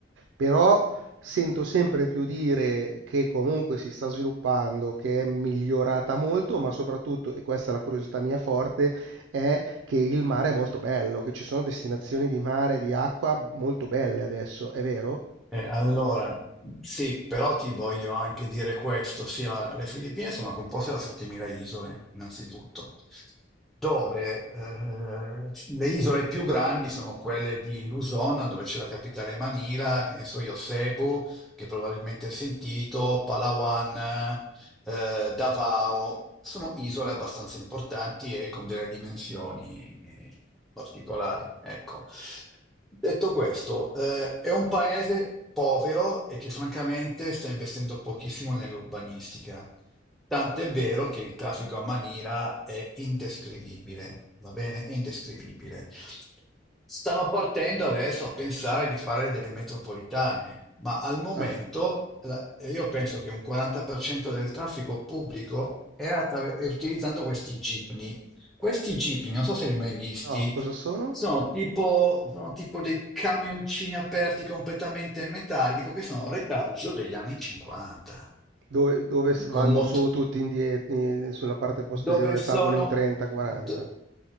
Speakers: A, on the right; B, in the centre.
A: però sento sempre più dire che comunque si sta sviluppando, che è migliorata molto, ma soprattutto, e questa è la curiosità mia forte, è che il mare è molto bello, che ci sono destinazioni di mare, di acqua molto belle adesso, è vero?
B: Eh, allora, sì, però ti voglio anche dire questo, sì, la- le Filippine sono composte da 7.000 isole, innanzitutto, dove eh, c- le isole più grandi sono quelle di Luzon, dove c'è la capitale Manila, che ne so io, Cebu, che probabilmente hai sentito, Palawan, eh, Davao, sono isole abbastanza importanti e con delle dimensioni eh, particolari, ecco. Detto questo, eh, è un paese povero e che francamente sta investendo pochissimo nell'urbanistica. Tant'è vero che il traffico a Manila è indescrivibile, va bene? È indescrivibile. Stanno partendo adesso a pensare di fare delle metropolitane, ma al momento
A: Ah,
B: la- io penso che un 40% del traffico pubblico è, attraver- è utilizzando questi jeepney questi jeepney, non so se li hai mai visti,
A: no, cosa sono?
B: sono tipo, sono tipo dei camioncini aperti completamente in metallico che sono retaggio degli anni 50,
A: Dove, dove s- vanno
B: con mot-
A: su tutti indietro, eh, sulla parte posteriore,
B: dove sono
A: salgono in 30-40?
B: d-